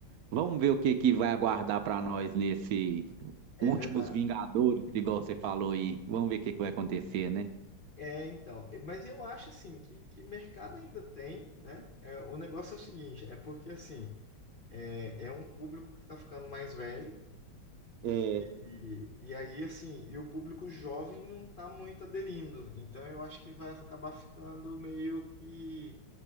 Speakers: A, on the right; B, on the left.
A: Vamos ver o que que vai aguardar para nós nesse
B: é
A: Últimos
B: verdade.
A: Vingadores, igual você falou aí. Vamos ver o que que vai acontecer, né?
B: É, então. é, Mas eu acho assim que, que mercado ainda tem, né? É, o negócio é o seguinte, é porque assim, é, é um público que tá ficando mais velho,
A: É,
B: e, e aí assim, e o público jovem não tá muito aderindo. Então eu acho que vai acabar ficando meio que